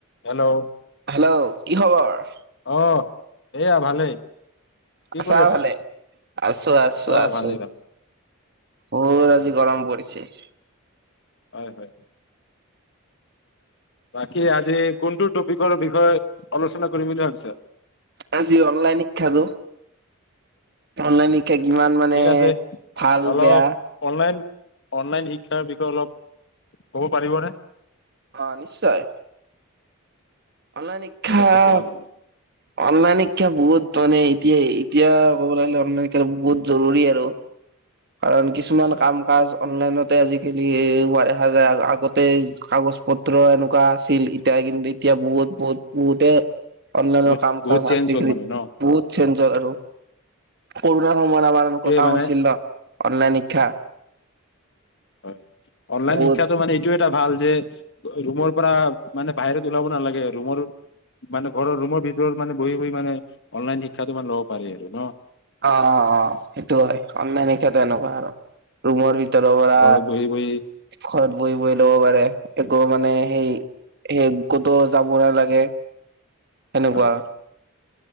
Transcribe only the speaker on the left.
Hello!
অ', এইয়া ভালেই। কি
কৰি
অ
ভালেই ভালেই
হয়, হয়। বাকী আজি কোনটো টপিকৰ বিষয়ে আলোচনা কৰিম বুলি ভাবিছা?
আচ্ছা
ঠিক আছে
অলপ
অনলাইন, অনলাইন শিক্ষাৰ বিষয়ে অলপ ক'ব পাৰিবনে?
ঠিক আছে কোৱা নহ'লে
আচ্ছা
বহুত
বহুত
চেঞ্জ
হ'ল মানে ন
এইটোৱে
মানে
হয়, অনলাইন
শিক্ষাত মানে এইটো এটা ভাল যে, ৰুমৰ পৰা মানে বাহিৰত ওলাব নালাগে ৰুমৰ মানে ঘৰৰ ৰুমৰ ভিতৰত মানে বহি বহি মানে অনলাইন শিক্ষাটো মান ল'ব পাৰি আৰু ন?
ঘৰত বহি বহি
হয়